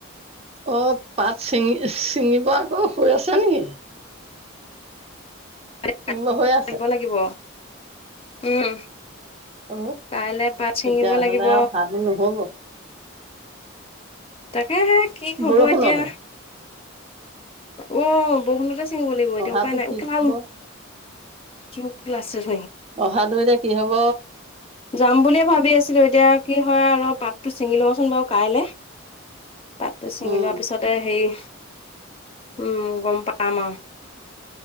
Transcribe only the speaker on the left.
এ-এ'
লাগিব লাগিব। উম'।
কাইলৈ পাত চিঙিব
লাগিব।
হে-হে কি হ'ব
এতিয়া উ বৰষুণতে ছিঙিব লাগিব এতিয়া
উপায় নাই,
উ কোই
ক্লাছ <unintelligible>
যাম বুলিয়ে ভাবি আছিলো এতিয়া কি হয় আৰু পাতটো ছিঙি লওঁচোন বাৰু কাইলৈ পাতটো ছিঙি
লোৱাৰ পিছতে হেৰি উম গম পাম আৰু